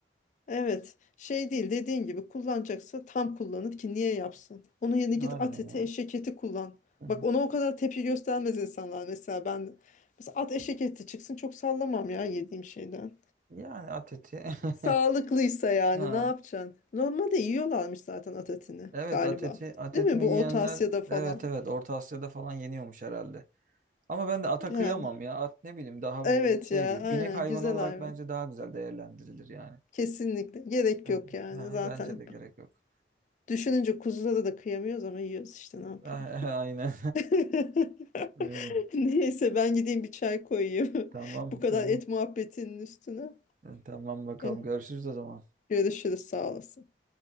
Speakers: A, on the left; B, on the right.
A: Evet, şey değil dediğin gibi kullanacaksa tam kullanır ki niye yapsın? Onun yerine git
B: Aynen
A: at eti
B: ya.
A: eşek eti kullan.
B: Hı hı.
A: Bak ona o kadar tepki göstermez insanlar mesela ben mesela at eşek eti çıksın çok sallamam ya yediğim şeyden.
B: Yani at eti. <laughs>
A: Sağlıklıysa yani
B: Ha.
A: ne yapacaksın? Normalde yiyorlarmış zaten at etini
B: Evet
A: galiba.
B: at eti, at
A: Değil
B: etini
A: mi bu
B: yiyenler
A: Orta Asya'da falan?
B: evet evet Orta Asya'da falan yeniyormuş herhalde. Ama ben de ata
A: Yani
B: kıyamam ya. At ne bileyim daha
A: evet
B: böyle şey
A: ya
B: bir
A: aynen
B: binek hayvanı
A: güzel
B: olarak
A: hayvan.
B: bence daha güzel değerlendirilir yani.
A: Kesinlikle gerek
B: Ha,
A: yok yani
B: ha,
A: zaten.
B: bence de gerek yok.
A: Düşününce kuzulara da kıyamıyoruz ama yiyoruz işte ne yapalım.
B: <laughs> Aynen.
A: <laughs>
B: <laughs> Öyle.
A: Evet. Neyse ben gideyim bir çay koyayım.
B: Tamam
A: <laughs> Bu kadar
B: tamam.
A: et muhabbetinin üstüne.
B: Tamam bakalım
A: Eh,
B: görüşürüz o zaman.
A: Görüşürüz sağ olasın.